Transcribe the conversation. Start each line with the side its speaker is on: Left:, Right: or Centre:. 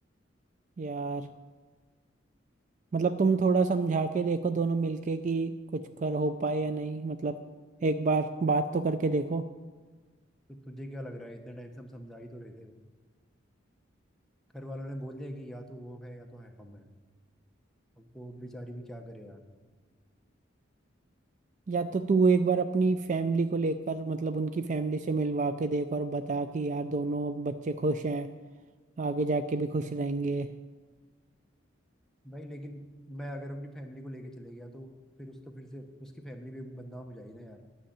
Right: यार मतलब तुम थोड़ा समझा के देखो दोनों मिलके कि कुछ कर हो पाए या नहीं मतलब एक बार बात तो करके देखो
Centre: तो तुझे क्या लग रहा है इतने टाइम से हम समझा ही तो रहे थे घर वालों ने बोल दिया कि या तो वो है या तो है हम है अब वो बेचारी भी क्या करे यार
Right: या तो तू एक बार अपनी फैमिली को लेकर मतलब उनकी फैमिली से मिलवा के देख और बता कि यार दोनों बच्चे खुश हैं आगे जाके भी खुश रहेंगे
Centre: भाई लेकिन मैं अगर अपनी फैमिली को लेके चले गया तो फिर उसका फिर से उसकी फैमिली भी बदनाम हो जाएगी ना यार